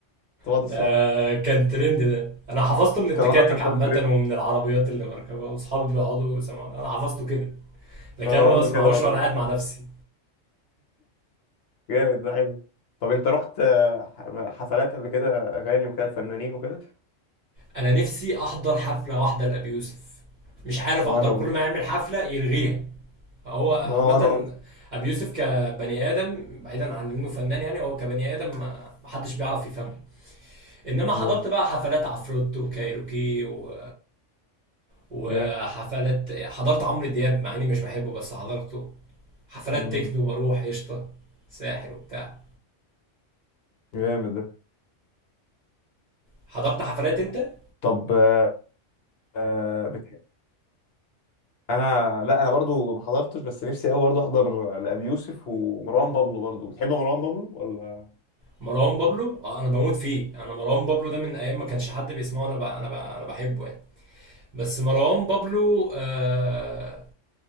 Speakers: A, on the left; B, on the right.
A: كنت بقعد
B: ده
A: اسمعه
B: كان ترند ده انا حفظته من التكاتك
A: كان اه كان
B: عامه
A: طالع ترند
B: ومن العربيات اللي بركبها واصحابي بيقعدوا يسمعوا انا حفظته كده لكن
A: وانا
B: انا
A: برضه
B: ما بسمعوش
A: كده برضه
B: وانا قاعد مع نفسي
A: جامد ده حلو طب انت رحت آه، حفلات قبل كده اغاني وكده فنانين وكده
B: انا نفسي احضر حفله واحده لابي يوسف مش عارف
A: وانا
B: احضر
A: برضه
B: كل ما يعمل حفله يلغيها هو عامه
A: اه وانا برضه
B: ابي يوسف كبني ادم بعيدا عن انه فنان يعني هو كبني ادم ما ما حدش بيعرف يفهمه انما حضرت
A: اه
B: بقى حفلات عفروت وكايروكي و... وحفلات
A: جامد
B: حضرت عمرو دياب مع اني مش بحبه بس حضرته حفلات
A: امم
B: تكنو بروح قشطه ساحل وبتاع
A: جامد ده
B: حضرت حفلات انت
A: طب آه، آه، بتح... انا لا انا برضه ما حضرتش بس نفسي قوي برضه احضر لابي يوسف ومروان بابلو برضه بتحب مروان بابلو ولا
B: مروان بابلو اه انا بموت فيه انا مروان بابلو ده من ايام ما كانش حد بيسمعه انا بقى انا بقى انا بحبه يعني بس مروان بابلو آه